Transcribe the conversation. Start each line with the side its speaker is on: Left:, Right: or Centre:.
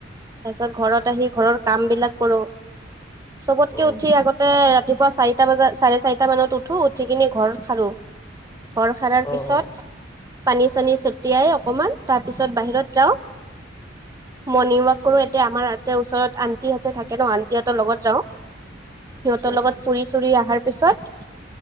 Right: তাৰ পিছত ঘৰত আহি ঘৰৰ কাম বিলাক কৰোঁ। চবতকে
Centre: অ',
Right: উঠি আগতে ৰাতিপুৱা চাৰিটা বজাত চাৰে চাৰিটা মানত উঠ- উঠো উঠি কিনি ঘৰ খাৰো ঘৰ সাৰাৰ
Centre: অ', অ',
Right: পিছত পানী চানী ছটিয়াই অকমান তাৰ পিছত বাহিৰত যাও মণ-
Centre: আচ্ছা,
Right: কৰো
Centre: আচ্ছা,
Right: এতিয়া আমাৰ ইতে ওচৰত আন্তিহতে থাকে ন আন্তি হতৰ লগত যাওঁ। সিহঁতৰ
Centre: আচ্ছা,
Right: লগত ফুৰি চুৰি অহাৰ পিছত